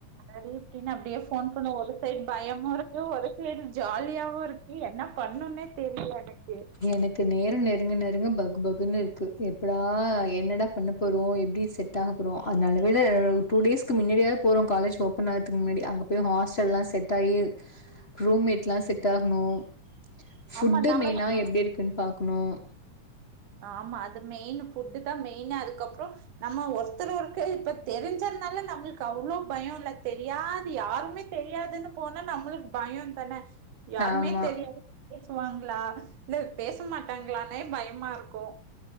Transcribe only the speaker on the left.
எனக்கு நேரம் நெருங்க நெருங்க பக் பக்குன்னு இருக்கு எப்படா என்னடா பண்ண போறோம் எப்டி செட் ஆகபோறோ அ நல்லவேள டூ டேஸ்க்கு முன்னாடிய போறோ காலஜ் ஓபன் ஆறதுக்கு முன்னாடி அங்க எப்பயும் ஹாஸ்டல்லாம் செட் ஆகி ரூம்மேட்லாம் செட் ஆகணும் ஃபுட்டு
மெயினா எப்டி இருக்குன்னு பாக்கணும்
ஆமா.